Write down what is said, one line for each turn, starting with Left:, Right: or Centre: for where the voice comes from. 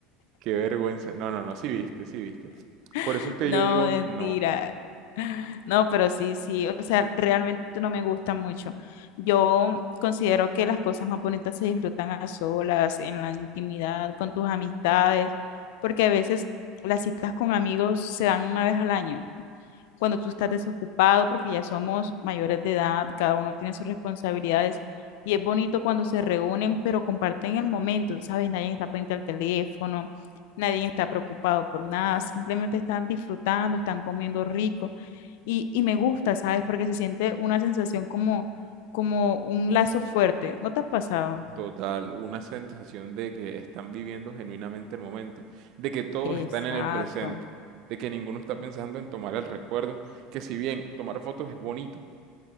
Right: Qué vergüenza. No, no, no, sí viste, sí viste. Por
Left: <laughs>
Right: eso es que
Left: No,
Right: yo digo,
Left: mentira.
Right: no,
Left: No, pero sí, sí, o sea, realmente no me gusta mucho. Yo considero que las cosas más bonitas se disfrutan a solas, en la intimidad, con tus amistades, porque a veces las citas con amigos se dan una vez al año cuando tú estás desocupado, porque ya somos mayores de edad, cada uno tiene sus responsabilidades y es bonito cuando se reúnen, pero comparten el momento, ¿sabes? Nadie está pendiente al teléfono, nadie está preocupado por nada, simplemente están disfrutando, están comiendo rico y, y me gusta, ¿sabes? Porque se siente una sensación como, como un lazo fuerte. ¿No te ha pasado?
Right: total, una sensación de que están viviendo genuinamente el momento, de que todos
Left: Exacto.
Right: están en el presente, de que ninguno está pensando en tomar el recuerdo, que si bien tomar fotos es bonito,